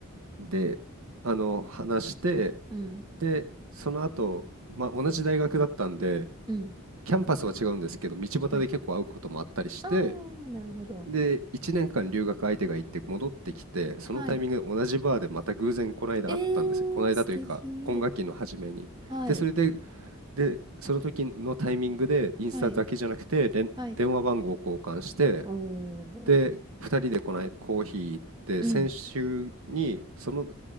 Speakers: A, on the right (about 70°); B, on the right (about 20°).
A: で、あの、話して、
B: うん。
A: で、その後、まあ、同じ大学だったんで、
B: うん。
A: キャンパスは違うんですけど、道端で結構会うこともあったりして、
B: はい。あー、なるほど。
A: で、1年間留学相手が行って戻ってきて、そのタイミングで同じバーでまた偶然この間会ったんですよ。
B: はい。えー、
A: この間というか、
B: 素敵。
A: 今学期の初めに。
B: はい。
A: で、それで、で、その時のタイミングで、インスタだけじゃなくて、
B: はい。
A: 連電話番号を交換して、
B: はい。おー。
A: で、2人でこないコーヒー行って、
B: うん。
A: 先週に、その